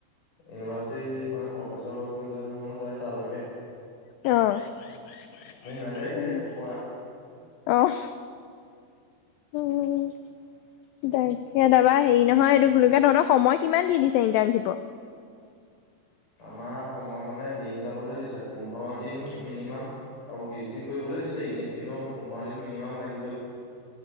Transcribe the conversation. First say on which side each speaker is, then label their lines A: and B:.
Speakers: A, on the left (about 55°); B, on the left (about 80°).
A: ইউনিভাৰ্চিটিৰ মানে প্ৰফেচৰ কেইজন মানও যায় তালৈকে।
B: অ', অ ও,
A: মোক
B: তাকে
A: নেদেখে একো
B: তাপা
A: কৰা
B: হেৰি নহয় এইটো কি বুলি কয় তহঁতৰ সময় কিমান দি দিছে ইণ্টাৰণশ্বিপত?
A: আমাৰ সময় মানে দিন হিচাপতহে দিছে পোন্ধৰ দিন মিনিমাম আৰু বিশ দিন কৰিবলৈ দিছে এনেই কিন্তু পোন্ধৰ দিন মিনিমাম লাগিবই।